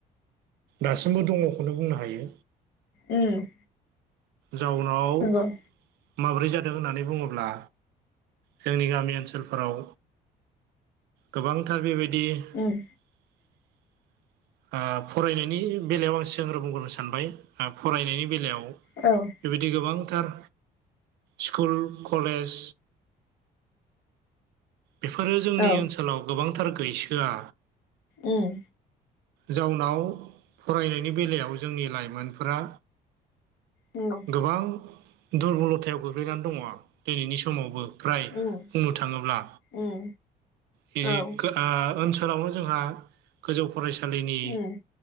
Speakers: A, on the right; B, on the left.
A: दासिमबो दङखौनो बुंनो हायो
B: उम
A: जाउनाव
B: नंगौ
A: माब्रै जादों होननानै बुङोब्ला जोंनि गामि ओनसोलफोराव गोबांथार बेबायदि
B: उम
A: <inaudible> फरायनायनि बेलायाव आं सांगग्रो बुंग्रोनो सानबाय फरायनायनि बेलायाव
B: औ
A: बेबायदि गोबांथार स्कुल कलेज बेफोरो जोंनि
B: औ
A: ओनसोलाव गोबांथार गैसोआ
B: उम
A: जाउनाव फरायनायनि बेलायाव जोंनि लाइमोनफोरा
B: नंगौ
A: गोबां दुरबलथायाव गोग्लैनानै दङ दिनैनि समावबो
B: उम
A: बुंनो थाङोब्ला
B: उम
A: बेखो
B: औ
A: आ ओनसोलावनो जोंहा गोजौ फरायसालिनि
B: उम